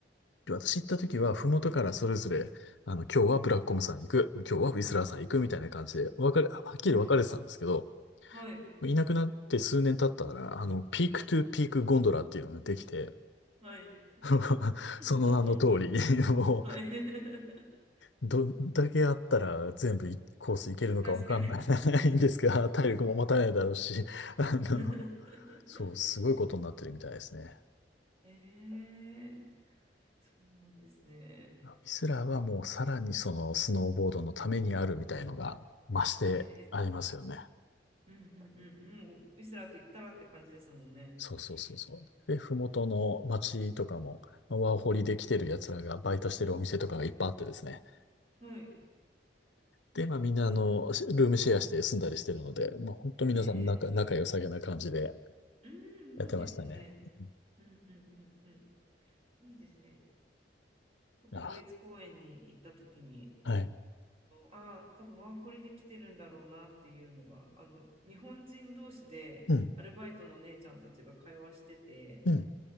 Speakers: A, on the left; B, on the right.
A: 私行った時は、ふもとからそれぞれ、あの、今日はブラックコムさん行く、今日はウィスラーさん行くみたいな感じで、分かれ、はっきり分かれてたんですけど、
B: はい。はい。
A: いなくなって数年経ったら、あの、ピークトゥピークゴンドラっていうのができて、
B: はい。
A: <laughs>
B: <laughs>
A: その名の通り、<laughs> も
B: はい。<laughs>
A: う、どんだけあったら全部いコースいけるのかわかんない
B: 確かに。
A: <laughs> んですが、体力も持たないだろうし、<laughs> あの、
B: <laughs>
A: そう、すごいことになってるみたいですね。
B: ええ。そうなんですね。
A: ミスラーはもうさらにそのスノーボードのためにあるみたいのが増してありますよね。
B: ええ。ええうんうんうん。もう、ウィスラーと言ったらって感じですもんね。
A: そうそうそうそう。
B: うん
A: で、ふもとの町とかも、まあワーホリで来てる奴らがバイトしてるお店とかがいっぱいあってですね。
B: はい。
A: で、まあみんなあの、ルームシェアして住んだりしてるので、まあ本当皆さん仲、
B: ええ、ええ
A: 仲良さげな感じで
B: うん、
A: やってましたね。
B: いいですね。
A: うん
B: うんうんうんうん。いいですね。国立公園に行った時に、
A: あ、はい。
B: ああー、多分ワーホリで来てるんだろうなっていうのが、あの、日本人同士でアルバイトの姉ちゃんたちが会話してて、
A: うん、うん、